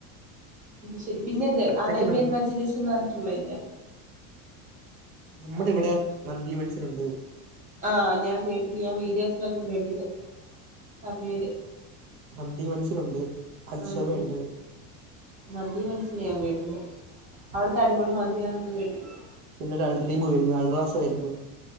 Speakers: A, on the right; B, on the right.
A: ശരി പിന്നെത്
B: ഒറ്റയ്ക്ക്
A: അറേബ്യൻ
B: നമുക്ക്
A: മ ജിലീസ് എന്ന് പറഞ്ഞിട്ടുള്ളല്ലേ
B: നമ്മുടെ
A: ആ
B: ഇവിടെ മന്തി മൻസിലുണ്ട്
A: ആഹ ഞാൻ കേട്ടക്ക്‌ ഞാൻ വീഡിയോസിലൊക്കെ കേട്ടക്കണ് ആ പേര്
B: മന്തി മൻസിലുണ്ട് അൽശവയുണ്ട്
A: ഉം മന്തി മനസ്സില ഞാൻ കേട്ടിണ്ട് അവിടുത്തെ അടിപൊളി മന്തിന്നൊക്കെ കേട്ടിക്കണ്.
B: പിന്നെ ഒരു അൽറീം വരന്നു അൽറാസ വരുന്നു